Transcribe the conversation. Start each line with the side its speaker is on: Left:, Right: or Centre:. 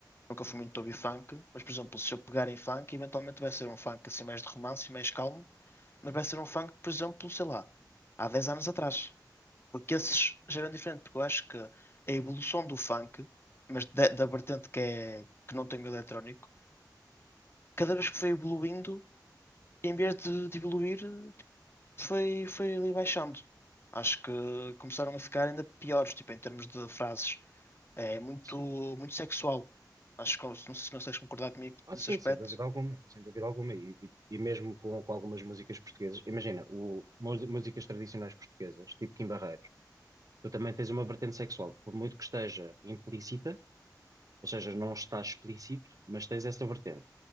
Left: nunca fui muito de ouvir funk, mas por exemplo, se eu pegar em funk, eventualmente vai ser um funk assim mais de romance, mais calmo, mas vai ser um funk, por exemplo, sei lá, há 10 anos atrás. Porque esses já eram diferentes, porque eu acho que a evolução do funk, mas da, da vertente que, é, que não tem o eletrónico, cada vez que foi evoluindo em vez de, de evoluir, tipo, foi, foi ali baixando. Acho que começaram a ficar ainda piores, tipo, em termos de frases. É muito,
Right: Sim.
Left: muito sexual. Acho que não sei se consegues concordar comigo
Right: Ah,
Left: nesse
Right: sim,
Left: aspecto.
Right: sem dúvida alguma, sem dúvida alguma. E, e- e mesmo com, com algumas músicas portuguesas, imagina, o, mu- músicas tradicionais portuguesas, tipo Kim Barreiros, tu também tens uma vertente sexual, por muito que esteja implícita, ou seja, não está explícito, mas tens essa vertente.